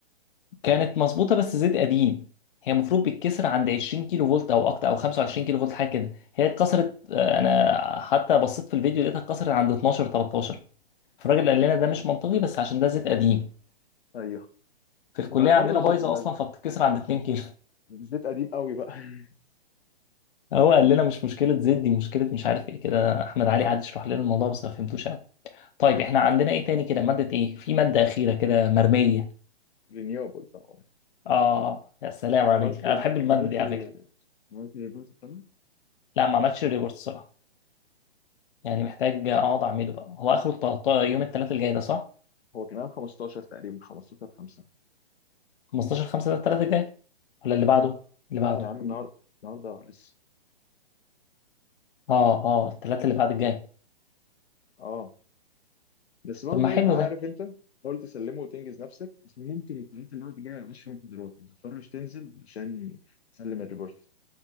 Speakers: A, on the left (about 55°); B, on the left (about 75°).
A: كانت مظبوطة بس زيت قديم هي المفروض بتتكسر عند 20 كيلو فولت او اكتر او 25 كيلو فولت حاجة كده هي اتكسرت آه، انا حتى بصيت في الفيديو لقيتها اتكسرت عند 12 13 فالراجل قال لنا ده مش منطقي بس عشان ده زيت قديم
B: ايوه
A: في الكلية
B: ما برضه
A: عندنا
B: الزيت
A: بايظة
B: ما
A: اصلا فبتتكسر عند 2 كيلو <laughs>
B: الزيت قديم قوي بقى <laughs>
A: هو قال لنا مش مشكلة زيت دي مشكلة مش عارف ايه كده احمد علي قعد يشرح لنا الموضوع بس ما فهمتوش قوي طيب احنا عندنا ايه تاني كده مادة ايه في مادة أخيرة كده مرمية
B: رينيوبل طبعا
A: اه يا سلام
B: انت
A: عليك
B: عملت
A: انا
B: ال-
A: بحب المادة
B: عملت
A: دي على
B: ال-
A: فكرة
B: عملت الريبورت بتاعنا
A: لا ما عملتش ريبورت الصراحة يعني محتاج اقعد اعمله بقى هو اخره التلت- يوم الثلاث الجاي ده صح
B: هو كان عام 15 تقريبا 15 5
A: 15 5 ده الثلاث الجاي ولا اللي بعده اللي
B: لا
A: بعده
B: يا عم النهارده النهارده لسه
A: اه اه الثلاث اللي بعد الجاي
B: اه بس برضه
A: طب ما حلو
B: انت عارف
A: ده
B: انت حاول تسلمه وتنجز نفسك بس ممكن التلاتة اللي هو جاي مش فيهم محاضرات ما تضطرش تنزل عشان تسلم الريبورت